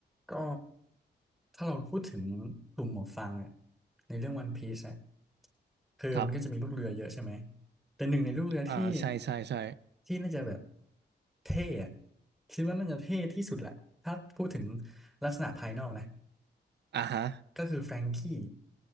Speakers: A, in the centre; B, on the right.
A: ก็ถ้าเราพูดถึงกลุ่มหมวกฟางเนี่ยในเรื่องวันพีซเนี่ยคือมันก็จะมีลูกเรือเยอะใช่ไหม
B: ครับ
A: แต่หนึ่งในลูกเรือที่
B: อ่าใช่ ใช่ ใช่
A: ที่น่าจะแบบเท่อะคิดว่าน่าจะเท่ที่สุดแหละถ้าพูดถึงลักษณะภายนอกนะ
B: อ่าฮะ
A: ก็คือแฟรงกี้